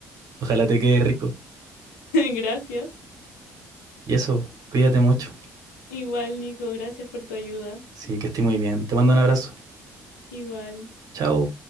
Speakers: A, on the right (about 55°); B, on the left (about 85°).
A: ojalá te quede rico.
B: Gracias.
A: Y eso, cuídate mucho.
B: Igual, Nico, gracias por tu ayuda.
A: Sí, que esté muy bien. Te mando un abrazo.
B: Igual.
A: Chao.